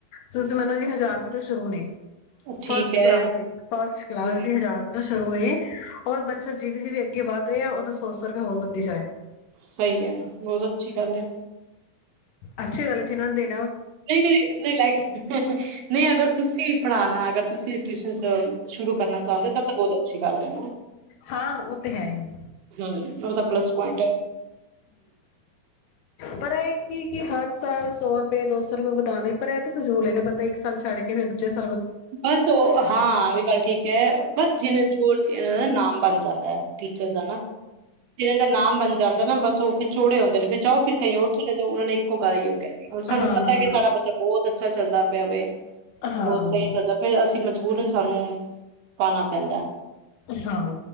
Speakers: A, on the left (about 65°); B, on the right (about 80°).
A: ਤੁਸੀਂ ਮੰਨੋ ਕਿ ਹਜ਼ਾਰ ਰੁਪਏ ਤੋਂ ਸ਼ੁਰੂ ਨੇ
B: ਠੀਕ
A: ਫਸਟ
B: ਹੈ
A: ਕਲਾਸ ਦੀ, ਫਸਟ ਕਲਾਸ
B: ਹਮ
A: ਦੀ ਹਜ਼ਾਰ <unintelligible> ਰੋਏ, ਔਰ ਬੱਚਾ ਜਿਵੇਂ ਜਿਵੇ ਅੱਗੇ ਵੱਧ ਰਿਹਾ <unintelligible> ਸੌ ਸੌ ਰੁਪਏ ਹੋਰ ਵਧੀ ਜਾਏਗਾ
B: ਸਹੀ ਹੈ, ਬਹੁਤ ਅੱਛੀ ਗੱਲ ਹੈ
A: ਅੱਛੀ ਗੱਲ ਹੈ, ਜਿਨ੍ਹਾਂ ਦੇ
B: ਨਹੀਂ ਨਹੀਂ ਨਹੀਂ ਨਹੀਂ ਲੈ ਕੇ ਹ ਹ ਨਹੀਂ ਅਗਰ ਤੁਸੀਂ ਪੜ੍ਹਾਣਾ ਅਗਰ ਤੁਸੀਓਂ ਟਿਊਸ਼ਨਸ ਸ਼ੁਰੂ ਕਰਨਾ ਚਾਹੁੰਦੇ ਤ ਤਾਂ ਬਹੁਤ ਅੱਛੀ ਗੱਲ ਹੈ <unintelligible>
A: ਹਾਂ ਉਹ ਤੇ ਹੈ ਹੀ
B: ਹਮ ਉਹ ਤਾਂ ਪਲੱਸ ਪੁਆਇੰਟ ਹੈ
A: ਪਰ ਇਹ ਕਿ ਕਿ ਹਰ ਸਾਲ ਸੌ ਰੁਪਏ, ਦੋ ਸੌ ਰੁਪਏ ਵਧਾਣੇ ਪਰ ਇਹ ਤੇ ਫਜ਼ੂਲ ਏ ਨੇ ਬੰਦਾ ਇੱਕ ਸਾਲ ਛੱਡ ਕੇ ਫਿਰ ਦੂਜੇ ਸ
B: ਬਸ ਉਹ ਹਾਂ ਆਵੀ ਗੱਲ ਠੀਕ ਕ ਬਸ ਜਿਨ ਚੇਰ ਇਹ ਨਾਮ ਬਣ ਜਾਂਦਾ ਹੈ ਟੀਚਰ ਦਾ ਨਾ, ਜਿਨਾਂ ਦਾ ਨਾਮ ਬਣ ਜਾਂਦਾ ਨਾ ਬਸ ਉਹ ਫਿਰ ਚੋੜੇ ਹੁੰਦੇ ਨੇ ਫਿਰ ਜਾਓ ਫਿਰ ਕਹੀਂ ਓਰ ਚਲੇ ਜਾਓ ਉਹਨਾਂ ਨੇ ਉਗਾ ਈ ਉਹ ਕਹਿੰਦੀ, ਹੁਣ
A: ਹਾਂ
B: ਸਾਨੂੰ ਪਤਾ
A: ਹਾਂ
B: ਕਿ ਸਾਡਾ ਬੱਚਾ ਬਹੁਤ ਅੱਛਾ ਚੱਲਦਾ ਪਿਆ ਵੇ
A: ਹਾਂ ਹਾਂ
B: ਬਹੁਤ ਸਹੀ ਫਿਰ ਅਸੀਂ ਮਜਬੂਰਨ ਸਾਨੂੰ ਪਾਨਾ ਪੈਂਦਾ
A: ਹਾਂ,